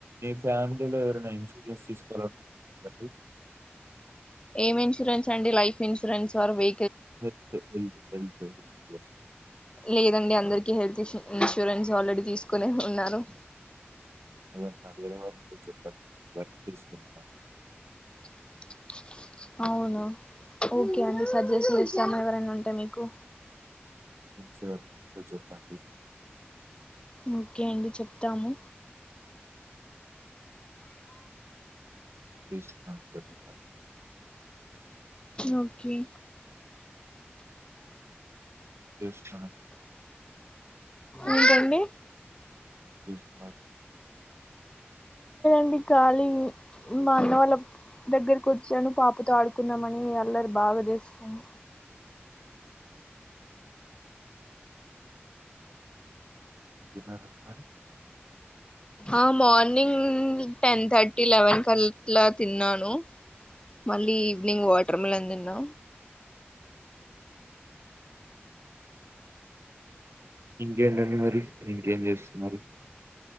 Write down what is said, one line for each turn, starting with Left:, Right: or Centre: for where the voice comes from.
Right: ఏ ఫ్యామ్ లీలో ఎవరైనా ఇన్సూరెన్స్ తీసుకోవండి
Left: ఏం ఇన్సూరెన్స్ అండి లైఫ్ ఇన్సూరెన్స్ ఆర్ వే
Right: <unintelligible>
Left: లేదండి అందరికి హెల్త్ ఇన్సూరెన్స్ ఆల్రెడీ తీసుకుొనే ఉన్నాను
Right: ఇవన్న <inaudible> వారు ఉంటే చెప్పండి వర్తిస్తున్నా
Left: <inaudible> అవున ఓకే అండి సర్జెస్ట్ చేస్తాను ఎవరైనా ఉంటె మీకు
Right: ఇచ్చ చ
Left: ఓకే అండి చెప్తాము
Right: <unintelligible>
Left: ఓకే
Right: తెస్తా
Left: ఏంటి అండి
Right: <unintelligible>
Left: ండి ఖాళీ మా అన్న వాళ్ళ దగ్గరకి వచ్చాను పాపతో ఆడుకున్నామని అల్లరి బా బాగా చేస్తుంది
Right: ఇమ <inaudible>
Left: ఆ మార్నింగ్ టెన్ థర్టీ లెవెన్ కళ్ళ తిన్నాను మళ్ళీ ఈవినింగ్ వాటర్మిలన్ తిన్న
Right: ఇంకేంటండి మరి ఇంకేం చేస్తున్నారు